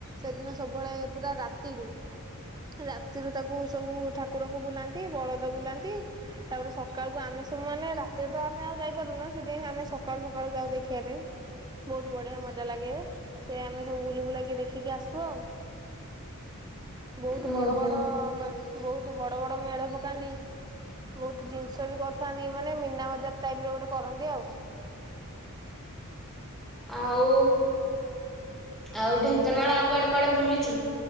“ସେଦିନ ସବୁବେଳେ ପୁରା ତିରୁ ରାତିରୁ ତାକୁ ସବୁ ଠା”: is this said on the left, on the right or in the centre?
Right